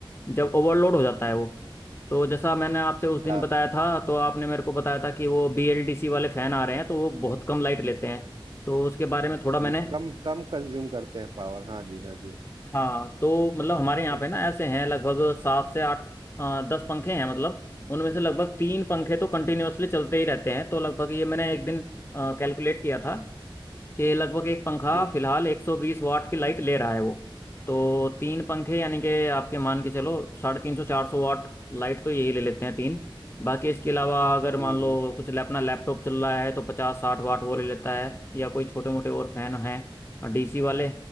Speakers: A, on the left (about 25°); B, on the right (about 55°).
A: जब ओवरलोड हो जाता है वो तो जैसा मैंने आपसे उस दिन
B: हाँ
A: बताया था तो आपने मेरे को बताया था कि वो BLDC वाले फैन आ रहे हैं तो वो बहुत कम लाइट लेते हैं तो उसके बारे में थोड़ा मैंने
B: बिल्कुल कम कम कंज्यूम करते हैं पावर हाँ जी हाँ जी
A: हाँ तो मतलब हमारे यहाँ
B: तो-
A: पे ना ऐसे हैं लगभग सात से आठ अ, दस पंखे हैं मतलब उनमें से लगभग तीन पंखे तो कंटिन्यूअसली चलते ही रहते हैं तो लगभग ये मैंने एक दिन कैलकुलेट किया था कि लगभग एक पंखा
B: जी
A: फिलहाल 120 वाट की लाइट ले रहा है वो तो तीन पंखे यानी कि आपके मान के चलो साढ़े तीन सौ चार सौ वाट लाइट तो यही ले लेते हैं तीन बाकी इसके अलावा अगर मान
B: हम्म
A: लो
B: हम्म
A: कुछ लैप- अपना लैपटॉप चल रहा है तो पचास साठ वाट वो ले लेता है या कोई छोटे मोटे और फैन हैं डीसी वाले